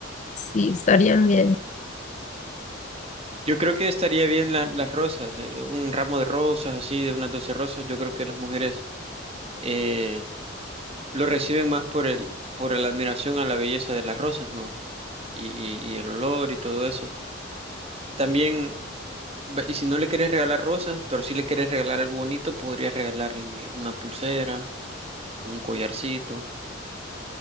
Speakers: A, on the left; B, on the right.
A: sí estarían bien.
B: Yo creo que estaría bien la- las rosas, eh, un ramo de rosas, así, de unas 12 rosas. Yo creo que las mujeres eh, lo reciben más por el, por la admiración a la belleza de las rosas, ¿no? Y, y- y el olor y todo eso. También, va- y si no le querés regalar rosas, pero si le querés regalar algo bonito, podrías regalarle una pulsera, un collarcito.